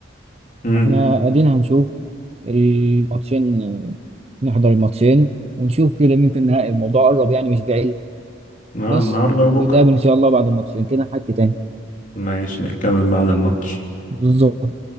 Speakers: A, on the left (about 40°); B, on the right (about 30°).
A: امم
B: احنا قاعدين هنشوف الماتشين نحضر الماتشين ونشوف كده مين في النهائي الموضوع قرب يعني مش بعيد
A: النهارده
B: بس
A: وبكرة
B: نتقابل ان شاء الله بعد الماتشين كده نحكي تاني
A: ماشي نتكلم بعد الماتش
B: بالظبط